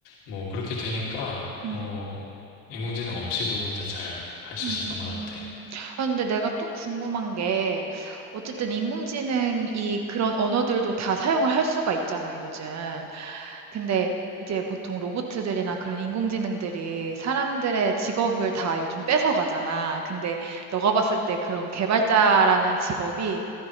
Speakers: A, on the left; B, on the right.
A: 뭐 그렇게 되니까
B: 음.
A: 뭐 인공지능 없이도 혼자 잘 할 수
B: 음.
A: 있었던 것 같아.
B: 아, 근데 내가 또 궁금한 게, 어쨌든 인공지능이 그런 언어들도 다 사용을 할 수가 있잖아, 요즘. 근데 이제 보통 로봇들이나 그런 인공지능들이 사람들의 직업을 다 요즘 뺏어가잖아. 근데 너가 봤을 때 그런 개발자라는 직업이